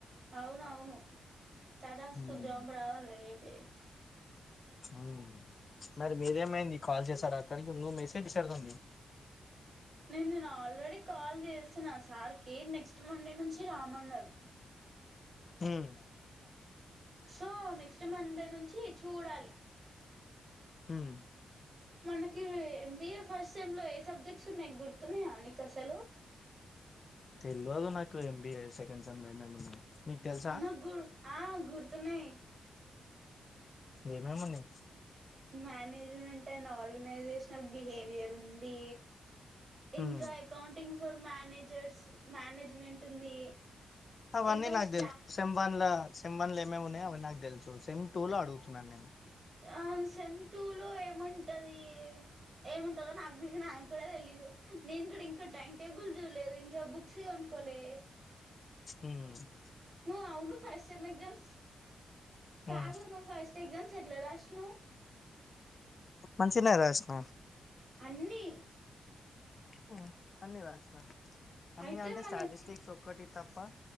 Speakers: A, on the right; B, on the left.
A: అవునవును తదాస్తు
B: ఉమ్
A: జాబ్ రావాలి రేపే
B: ఆ మరి మీదేమైంది కాల్ చేసాడతనికి నువ్వు మెసేజ్ చేసేడిదుండే
A: న్ నేను ఆల్రెడీ కాల్ చేసిన ఆ సార్కి నెక్స్ట్ మండే నుంచి రామన్నారు
B: మ్
A: సో నెక్స్ట్ మండే నుంచి చూడాలి
B: మ్
A: మనకి ఎంబీఏ ఫస్ట్ సెమ్లో ఏ సబ్జెక్ట్స్ ఉన్నాయ్ గుర్తున్నాయ నీకసలు
B: తెల్వదు నాకు ఎంబీఏ సెకండ్ సెమ్లో ఏమేం ఉన్నాయో నిక్ తెల్సా
A: నాకు గు ఆ గుర్తున్నయ్
B: ఏమెమున్నాయ్
A: మేనేజ్మెంట్ అండ్ ఆర్గనైజేషనల్ బిహేవియర్ ఉంది ఇంకా
B: ఉమ్
A: అకౌంటింగ్ ఫర్ మేనేజర్స్ మేనేజ్మెంట్ ఉంది
B: అవన్ని
A: ఇంకా
B: నాక్
A: స్టా
B: తెలుసు సేమ్ వన్ల సేమ్ వన్ల ఏమున్నాయో అవ్వన్నీ నాకు తెలుసు సెమ్ టూ లో అడుగుతున్నాను నేను
A: ఆ సెమ్ టూ లో ఏముంటది ఏముంటదో నాకు బి నాకు కూడా తెలీదు నేను కూడా ఇంకా టైమ్ టేబుల్ చూలేదు ఇంకా బుక్స్ కోనుకోలే
B: మ్
A: నువ్వు అవును ఫస్ సేమ్ ఎగ్జామ్స్ కాదు
B: ఉమ్
A: నువ్వు ఫస్ట్ ఎగ్జామ్స్ ఎట్లా రాసినావ్
B: మంచిగానే రాసిన
A: అన్ని
B: ఉమ్ అన్ని వసిన అన్న
A: అయితే
B: అంటే
A: మనకి
B: స్టాటిస్టిక్స్ ఒక్కటి తప్ప తప్ప